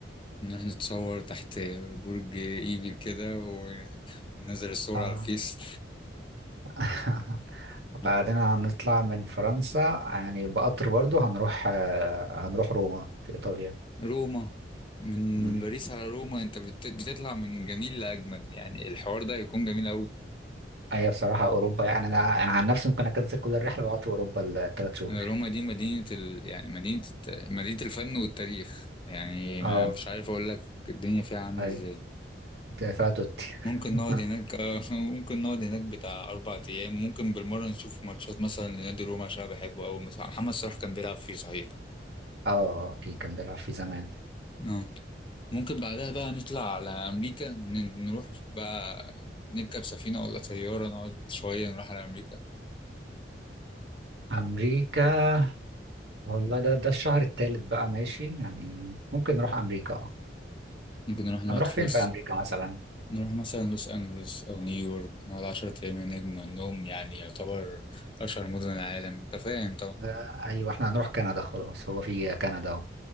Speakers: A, on the left; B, on the right.
A: نروح نتصور تحت برج ايفل كده و- وننزل الصور
B: اه
A: على الفيس
B: <laughs>
A: <laughs>
B: بعدين هنطلع من فرنسا يعني بقطر برضو هنروح آه، هنروح روما في إيطاليا
A: روما من
B: مم.
A: من باريس على روما أنت بت- بتطلع من جميل لأجمل يعني الحوار ده هيكون جميل أوي
B: هي بصراحة أوروبا يعني أنا أنا عن نفسي ممكن أكنسل كل الرحلة وأقعد في أوروبا الثلاث شهور
A: روما دي مدينة ال... يعني مدينة الت... مدينة الفن والتاريخ يعني
B: أه
A: ما مش عارف أقول لك الدنيا فيها عاملة
B: أي
A: إزاي
B: دافع توتي
A: ممكن
B: <laughs>
A: نقعد هناك آه، <laughs> ممكن نقعد هناك بتاع أربع أيام وممكن بالمرة نشوف ماتشات مثلا لنادي روما عشان أنا بحبه أوي مثلا محمد صلاح كان بيلعب فيه صحيح
B: أه أكيد كان بيلعب في زمان
A: اه ممكن بعدها بقى نطلع على أمريكا ن- نروح بقى نركب سفينة ولا طيارة نقعد شوية نروح على أمريكا
B: أمريكا والله ده ده الشهر الثالث بقى ماشي يعني ممكن نروح أمريكا أه
A: ممكن نروح نقعد
B: هنروح
A: في
B: فين
A: لوس
B: في أمريكا مثلا
A: نروح مثلا لوس أنجلوس أو نيويورك نقعد عشرة أيام هناك بما إنهم يعني يعتبر أشهر مدن العالم أنت فاهم طبعا
B: آه، أيوة إحنا هنروح كندا خلاص هو في كندا أهو